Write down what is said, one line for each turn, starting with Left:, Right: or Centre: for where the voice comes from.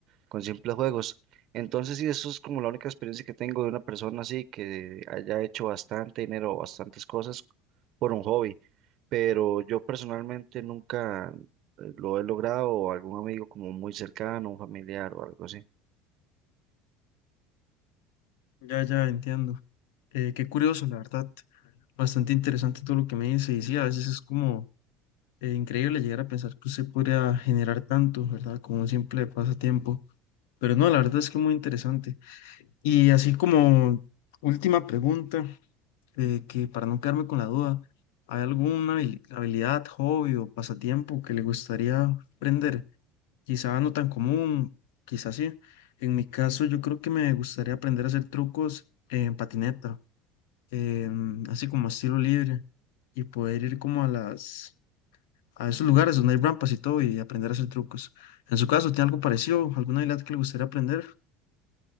Right: con simples juegos. Entonces, sí, eso es como la única experiencia que tengo de una persona así que haya hecho bastante dinero o bastantes cosas por un hobby. Pero yo personalmente nunca eh, lo he logrado o algún amigo como muy cercano, un familiar o algo así.
Left: Ya, ya, entiendo. Eh, qué curioso, la verdad. Bastante interesante todo lo que me dice. Y sí, a veces es como eh, increíble llegar a pensar que usted podría generar tanto, ¿verdad? Como un simple pasatiempo. Pero no, la verdad es que muy interesante. Y así como última pregunta. eh, que para no quedarme con la duda, ¿hay alguna habili- habilidad, hobby o pasatiempo que le gustaría aprender? Quizá no tan común, quizá sí. En mi caso, yo creo que me gustaría aprender a hacer trucos en patineta, em, así como a estilo libre, y poder ir como a las, a esos lugares donde hay rampas y todo y aprender a hacer trucos. En su caso, ¿tiene algo parecido? ¿Alguna habilidad que le gustaría aprender?